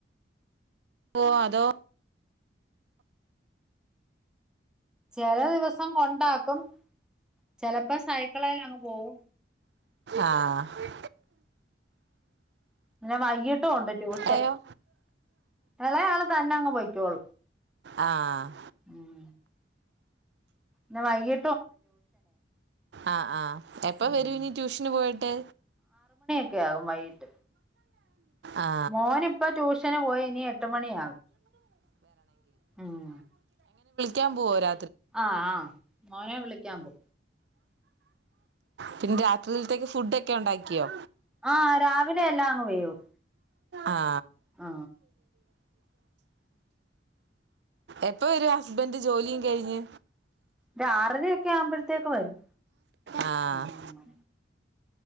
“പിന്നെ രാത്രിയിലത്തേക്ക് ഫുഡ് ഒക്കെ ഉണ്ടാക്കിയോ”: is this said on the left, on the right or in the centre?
Right